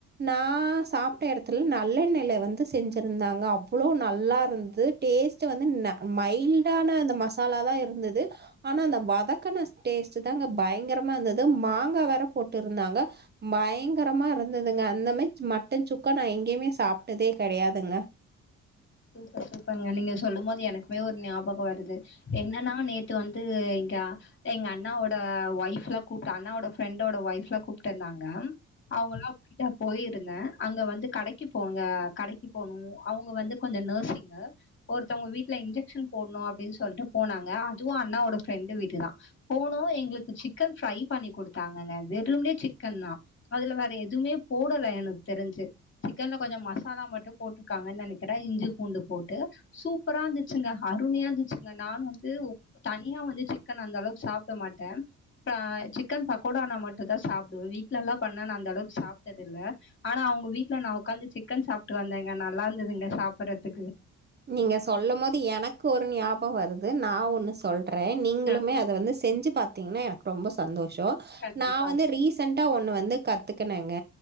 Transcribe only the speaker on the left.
சூப்பர் சூப்பர்ங்க நீங்க சொல்லும் போது எனக்குமே ஒரு ஞாபக வருது என்னன்னா நேத்து வந்து க எங்க அண்ணாவோட ஒய்ஃப் எல்லா கூப்ட அண்ணாவோட ஃப்ரெண்டோட ஒய்ஃப் எல்லா கூப்ட்டு இருந்தாங்க அவுங்கல்லா கூப்டா போயிருந்த அங்க வந்து கடைக்கி போங்க கடைக்கி போனும் அவுங்க வந்து கொஞ்ச நர்சிங்க ஒருத்தவுங்க வீட்ல இன்ஜெக்ஷன் போட்ணு அப்டின் சொல்ட்டு போனாங்க அதுவு அண்ணாவோட ஃப்ரெ ண்டு வீடு தான் போனு எங்ளுக்கு சிக்கன் ஃப்ரை பண்ணி கொடுத்தாங்கங்க வெறும்னே சிக்கன் தா அதுல வேற எதுமே போடல எனக்கு தெரிஞ்சு சிக்கன்ல கொஞ்ச மசாலா மட்டும் போட்டிருக்காங்கன் நெனக் கிற இஞ்சி பூண்டு போட்டு சூப்பரா இருந்துச்சுங்க அருமையா இருந்துச்சுங்க நானு வந்து உக் தனியா வந்து சிக்கன் அந்த அளவுக்கு சாப்ட மாட்ட ப சிக்கன் பகோடானா மட்டு தா சாப்டுவ வீட்ல எல்லா பண்ணா அந்த அளவுக்கு சாப்ட்டது இல்ல ஆனா அவுங்க வீட்ல நான் உக்காந்து சிக்கன் சாப்ட்டு வந்தேங்க நல்லா இருந்துதுங்க சாப்புறதுக்கு
ஆ
கண்டிப்பா